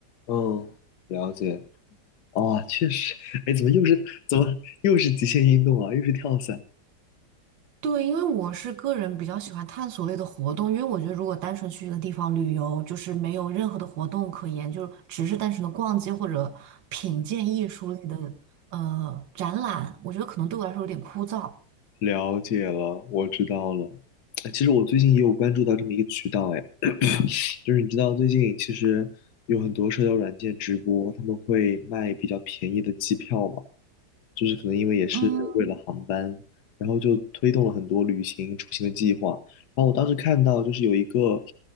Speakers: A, on the left (about 65°); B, on the right (about 85°).
A: 嗯，了解。哦，确实，哎，怎么又是怎么又是极限运动啊？又是跳伞。
B: 对，因为我是个人比较喜欢探索类的活动，因为我觉得如果单纯去一个地方旅游，就是没有任何的活动可言，就只是单纯的逛街或者品鉴艺术类的呃展览，我觉得可能对我来说有点枯燥。
A: 了解了，我知道了。哎其实我最近也有关注到这么一个渠道，哎，就是你知道最近其实有很多社交软件直播，他们会卖比较便宜的机票嘛。就是可能因为也是为了航班，
B: 嗯。
A: 然后就推动了很多旅行出行的计划。然后我当时看到就是有一个